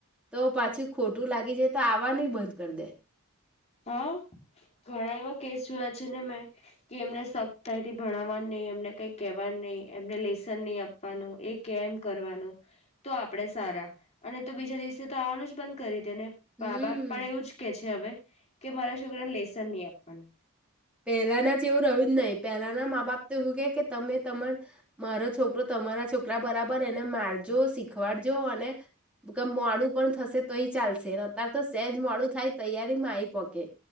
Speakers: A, in the centre; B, on the left.
A: તો પાછું ખોટું લાગી જાય તો આવવાનું બંધ કરી દે.
B: હા ઘણા એવા કેસ જોયા છે ને મેં કે એમને સખ્તાઈથી ભણાવવા નહી એમને કઈ કેવાનું નહી એમને લેસન નહી આપવાનું એ કેમ કરવાનું તો આપડે સારા અને તો બીજા દિવસે તો આવવાનું જ બંધ કરી. તેને બાપ
A: હમ્મ
B: પણ એવું જ કે છે હવે કે મારા છોકરાને લેસન નહી આપવાનો.
A: પહેલા ના જ એવું રવિંદ ન. પેલાના મા બાપ તો એવું કે કે તમે તમાર મારો છોકરો તમારા છોકરા બરાબર એને મારજો શીખવાડજો અને મોડું પણ થશે તો એ ચાલશે અતાર તો સેજ મોડું થાય તૈયારી મા આવી પકે.